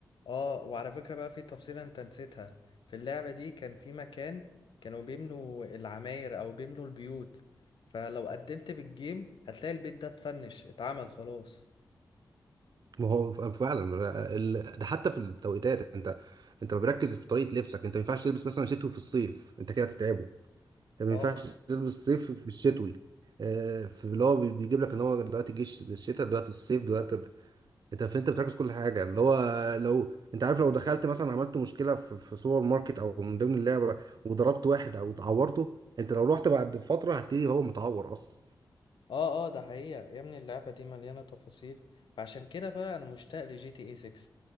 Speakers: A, on the left; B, on the right.
A: اه وعلى فكرة بقى في تفصيلة انت نسيتها في اللعبة دي كان في مكان كانوا بيبنوا العماير او بيبنوا البيوت فلو قدمت بالجيم هتلاقي البيت ده اتفنش اتعمل خلاص
B: ما هو ف- فعلا ال- ده حتى في التوقيتات انت انت بركز في طريقه لبسك انت ما ينفعش تلبس مثلا شتوي في الصيف انت كده هتتعبه انت ما
A: اه
B: ينفعش تلبس صيف في الشتوي آه، في اللي هو بي- بيجيب لك ان هو دلوقتي جيش الشتاء دلوقتي الصيف دلوقتي انت فانت بتركز كل حاجه اللي هو لو انت عارف لو دخلت مثلا عملت مشكله في, في سوبر ماركت او من ضمن اللعبه وضربت واحد او اتعورته انت لو رحت بعد فتره هتلاقيه هو متعور اصلا
A: اه اه ده حقيقة يا ابني اللعبة دي مليانة تفاصيل فعشان كده بقى انا مشتاق لجي تي اي 6